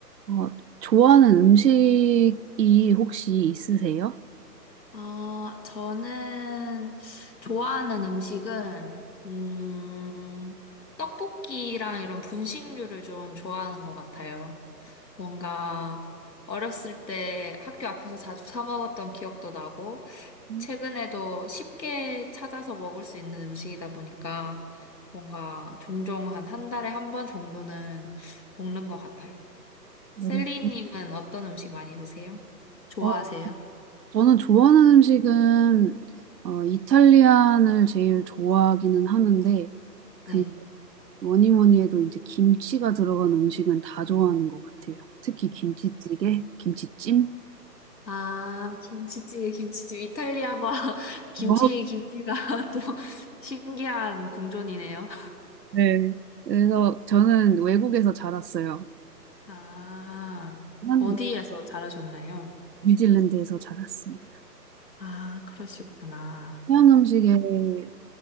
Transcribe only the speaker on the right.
어, 좋아하는 음식이 혹시 있으세요?
음,
어려워.
어, 저는 좋아하는 음식은 어, 이탈리안을 제일 좋아하기는 하는데, 근데
뭐니 뭐니 해도 이제 김치가 들어간 음식은 다 좋아하는 것 같아요. 특히 김치찌개, 김치찜.
너무,
네. 그래서 저는 외국에서 자랐어요.
한
뉴질랜드에서 자랐습니다.
서양 음식을